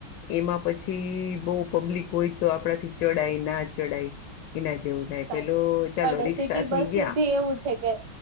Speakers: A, on the left; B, on the right.
A: એમાં પછી બહું પબ્લિક હોય તો આપડાથી ચડાય ના ચડાય એના જેવું થાય
B: સાચું
A: પેલો ચાલો
B: અને
A: રિક્ષાથી
B: સિટી બસ
A: ગયા
B: ભી એવું છે કે